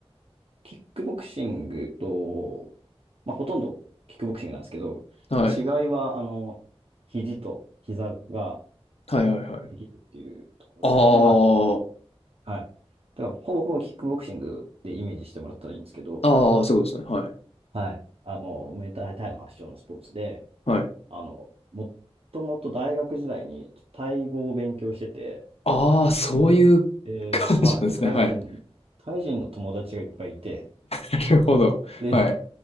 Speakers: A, on the right (about 65°); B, on the left (about 70°).
A: キックボクシングと、まあ、ほとんどキックボクシングなんですけど、
B: はい。
A: 違いは、あの、肘と膝が
B: はいはいはい。
A: できるっていうところで。
B: あ
A: で、まあ、あのはい。だから、ほぼほぼキックボクシングでイメージしてもらったらいいんですけど、
B: あ、ああ、そういうことですね。はい。
A: はい。あの、ムエタイタイの発祥のスポーツで、
B: はい。
A: あの、もともと大学時代にタイ語を勉強してて、
B: ああ、そういう感じですね。
A: で、はい。で、タイ人、
B: はい。
A: タイ人の友達がいっぱいいて、
B: なるほど。
A: で、
B: はい。